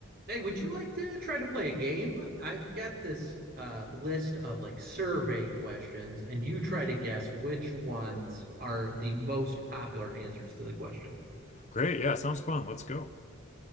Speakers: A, on the right; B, on the left.
A: Hey, would you like to try to play a game? I've got this uh, list of like survey questions, and you try to guess which ones are the most popular answers to the question.
B: Great. Yeah, sounds fun. Let's go.